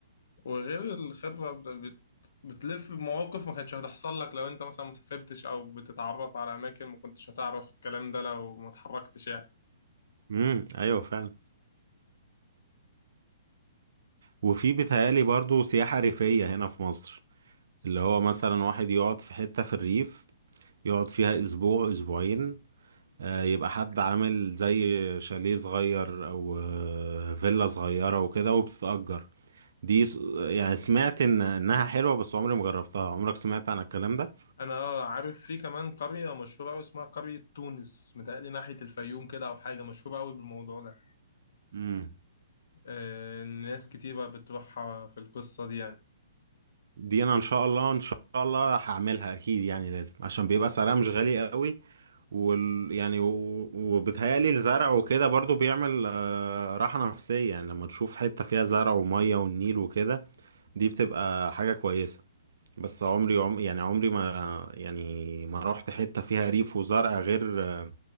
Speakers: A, on the left; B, on the right.
A: وغير الخبرة بت... بت- بتلف بمواقف ما كانتش هتحصل لك لو انت مثلا ما سافرتش او بتتعرف على اماكن ما كنتش هتعرف الكلام ده لو ما اتحركتش يعني
B: امم أيوة فعلا وفي بيتهيألي برضو سياحة ريفية هنا في مصر اللي هو مثلا واحد يقعد في حتة في الريف يقعد فيها أسبوع أسبوعين آه، يبقى حد عامل زي شاليه صغير أو آه، فيلا صغيرة وكده وبتتأجر دي س- يعني سمعت ان انها حلوة بس عمري ما جربتها عمرك سمعت عن الكلام ده
A: انا آه، عارف في كمان قرية مشهورة قوي اسمها قرية تونس متهيألي ناحية الفيوم كده او حاجة مشهورة قوي بالموضوع ده
B: امم
A: آه، ناس كتيرة بتروحها في القصة دي يعني
B: دي انا ان شاء الله ان شاء الله هعملها اكيد يعني لازم عشان بيبقى سعرها مش غالي قوي وال يعني و... وبتهيألي الزرع وكده برضو بيعمل آه، راحة نفسية يعني لما تشوف حتة فيها زرع ومية والنيل وكده دي بتبقى حاجة كويسة بس عمري عم يعني عمري ما يعني ما رحت حتة فيها ريف وزرع غير آه،